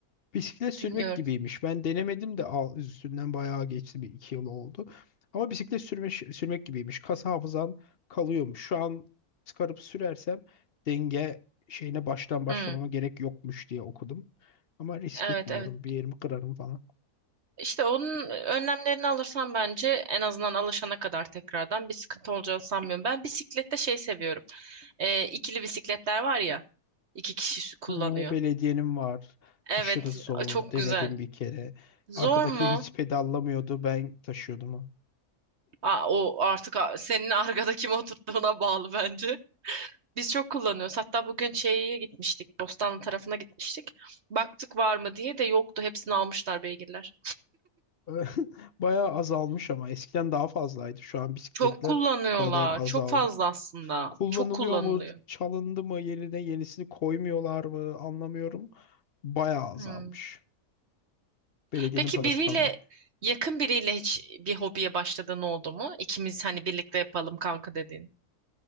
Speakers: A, on the left; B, on the right.
A: Bisiklet sürmek
B: Bilmiyorum.
A: gibiymiş. Ben denemedim de al, üstünden bayağı geçti bir iki yıl oldu. Ama bisiklet sürme, sürmek gibiymiş. Kas hafızan kalıyormuş. Şu an çıkarıp sürersem denge şeyine baştan başlamama
B: Hmm.
A: gerek yokmuş diye okudum. Ama risk
B: Evet
A: etmiyorum.
B: evet.
A: Bir yerimi kırarım falan.
B: İşte onun önlemlerini alırsan bence en azından alışana kadar tekrardan bir sıkıntı olacağını sanmıyorum. Ben bisiklette şey seviyorum. Ee, ikili bisikletler var ya. iki kişi sü- kullanıyor.
A: Ee, belediyenin var.
B: Evet,
A: Aşırı zor.
B: a- çok
A: Denedim
B: güzel.
A: bir kere.
B: Zor
A: Arkadaki
B: mu?
A: hiç pedallamıyordu. Ben taşıyordum. onu.
B: Aa, o artık a- senin <laughs> arkada kim oturttuğuna bağlı bence. Biz çok kullanıyoruz. Hatta bugün şeye gitmiştik. Bostanlı tarafına gitmiştik. Baktık var mı diye de yoktu. Hepsini almışlar beygirler.
A: <laughs> Bayağı azalmış ama eskiden daha fazlaydı. Şu an bisikletler
B: Çok kullanıyorlar.
A: o kadar azaldı
B: Çok fazla
A: ki.
B: aslında.
A: Kullanılıyor
B: Çok kullanılıyor.
A: mu? Çalındı mı? Yerine yenisini koymuyorlar mı? Anlamıyorum. Bayağı azalmış.
B: Hmm.
A: Belediyenin
B: Peki
A: parası
B: biriyle
A: kalmadı.
B: yakın biriyle hiç bir hobiye başladığın oldu mu? İkimiz hani birlikte yapalım kanka dediğin.